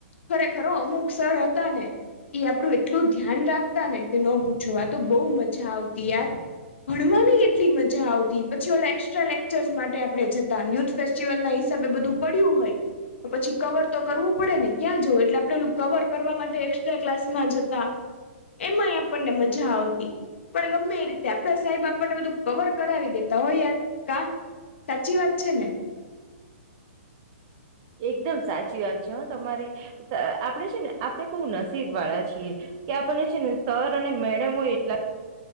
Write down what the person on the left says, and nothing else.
ખરેખર અમુક સર હતા ને એ આપણું એટલું ધ્યાન રાખતા ને કે ન પૂછવા તો બહુ મજા આવતી યાર ભણવાની એટલી મજા આવતી પછી ઓલા એક્સ્ટ્રા લેક્ચર્સ માટે આપણે જતા યુથ ફેસ્ટિવલ ના હિસાબે બધું પડ્યું હોય. તો પછી કવર તો કરવું પડે ને ક્યાં જવું એટલે આપણેેલું કવર કરવા માટે એકસ્ટ્રા ક્લાસમાં જતા. એમાંય આપણને મજા આવતી. પણ ગમે એ રીતે આપડે સાહેબ આપણને બધું કવર કરાવી દેતા હોય યાર કા સાચી વાત છે ને